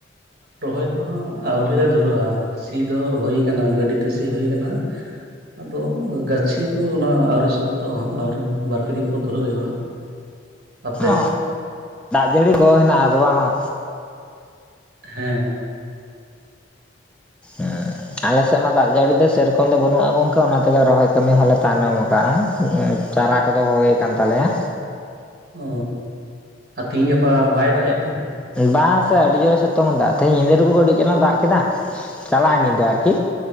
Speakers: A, on the right; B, in the centre.
A: ᱨᱚᱦᱚᱭ ᱠᱚᱦᱚᱸ ᱟᱹᱣᱨᱤ ᱞᱮ ᱫᱷᱩᱨᱟᱹᱜ-ᱟ ᱥᱤ ᱫᱚ ᱦᱩᱭ ᱠᱟᱱᱟ ᱜᱟᱹᱰᱤᱛᱮ ᱥᱤ ᱦᱩᱭ ᱠᱟᱱᱟ᱾ ᱟᱫᱚ ᱜᱟᱹᱪᱷᱤ ᱠᱚ ᱚᱱᱟ ᱟᱹᱣᱨᱤ ᱥᱚᱠᱛᱚ ᱦᱟᱸᱜ ᱟᱹᱣᱨᱤ ᱵᱟᱨᱯᱮ ᱫᱤᱱ ᱯᱚᱨ ᱫᱷᱩᱨᱟᱹᱜ ᱦᱩᱭᱩᱜ-ᱟ ᱦᱟᱸᱜ᱾ ᱟᱯᱮ
B: ᱚ ᱫᱟᱜᱽ ᱡᱟᱹᱲᱤ ᱠᱚ ᱦᱮᱱᱟᱜ-ᱟ ᱟᱫᱚ ᱵᱟᱝᱢᱟ
A: ᱦᱮᱸ᱾
B: ᱮᱸ ᱟᱞᱮ ᱥᱮᱜ ᱢᱟ ᱫᱟᱜᱽ ᱡᱟᱹᱲᱤ ᱫᱚ ᱥᱮᱨᱚᱠᱚᱢ ᱫᱚ ᱵᱟᱹᱱᱩᱜ-ᱟ ᱜᱚᱝᱠᱮ ᱚᱱᱟ ᱛᱮᱜᱮ ᱨᱚᱦᱚᱭ ᱠᱟᱹᱢᱤ ᱦᱚᱸᱞᱮ ᱛᱟᱭᱱᱚᱢ ᱟᱠᱟᱜ-ᱟ᱾ ᱪᱟᱨᱟ ᱠᱚᱫᱚ ᱦᱩᱭ ᱠᱟᱱ ᱛᱟᱞᱮᱭᱟ,
A: ᱚ ᱟᱨ ᱛᱤᱦᱤᱧ ᱜᱟᱯᱟ ᱵᱟᱭ ᱫᱟᱜᱽ ᱮᱫ ᱛᱮ?
B: ᱵᱟᱝᱥᱮ ᱟᱹᱰᱤ ᱡᱳᱨᱮ ᱥᱤᱛᱩᱝ ᱫᱟ ᱛᱮᱦᱮᱧ ᱧᱤᱫᱟᱹ ᱴᱩᱠᱩ ᱠᱟᱹᱴᱤᱜ ᱪᱟᱞᱟᱝ ᱮ ᱫᱟᱜᱽ ᱠᱮᱫᱟ᱾ ᱪᱟᱞᱟᱜᱼᱟ
A: ᱦᱮᱸ
B: ᱧᱤᱫᱟᱹ ᱟᱨᱠᱤ